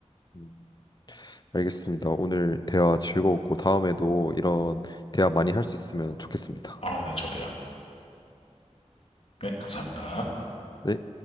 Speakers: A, on the left; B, on the left.
A: 음, 알겠습니다. 오늘 대화 즐거웠고 다음에도 이런 대화 많이 할 수 있으면 좋겠습니다.
B: 아, 네, 저도요. 네, 감사합니다.
A: 네.